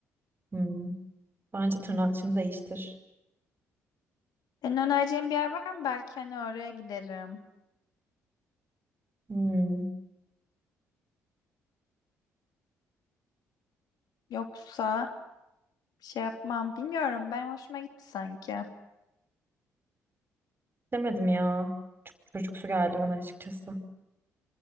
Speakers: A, on the right; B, on the left.
A: Hmm. Bence tırnakçını değiştir.
B: Senin önereceğin bir yer var mı? Belki hani oraya giderim.
A: Hmm.
B: Yoksa Bir şey yapmam. Bilmiyorum. Benim hoşuma gitti sanki.
A: Demedim ya. Çocuksu geldi bana açıkçası.